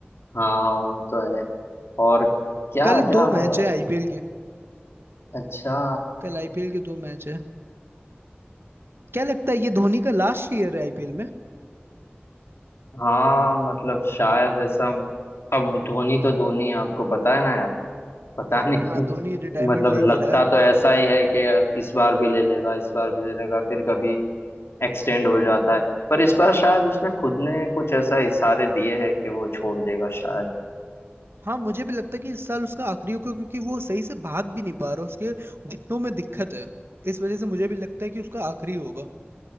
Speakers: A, on the left; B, on the right.
A: हाँ वो तो है और क्या
B: कल
A: क्या
B: दो मैच
A: है यार
B: है आईपीएल के
A: अच्छा
B: कल आईपीएल के दो मैच है क्या लगता है ये धोनी का लास्ट ईयर है आईपीएल में
A: हाँ मतलब शायद ऐसा अब धोनी तो धोनी है, आपको पता है ना पता नहीं
B: हाँ धोनी रिटायरमेंट
A: <laughs> मतलब
B: ले नहीं
A: लगता
B: रहा है
A: तो ऐसा ही है कि इस बार भी ले लेगा इस बार भी ले लेगा फिर कभी एक्सटेंड हो जाता है पर इस बार शायद उसने खुद ने कुछ ऐसा इशारे दिए हैं कि वो छोड़ देगा शायद
B: हाँ मुझे भी लगता है कि इस साल उसका आखिरी होगा क्योंकि वो सही से भाग भी नहीं पा रहा उसके घुटनों में दिक्कत है इस वजह से मुझे भी लगता है कि उसका आखिरी होगा